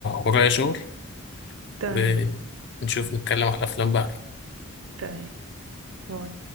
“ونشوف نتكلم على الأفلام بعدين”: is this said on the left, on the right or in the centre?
Left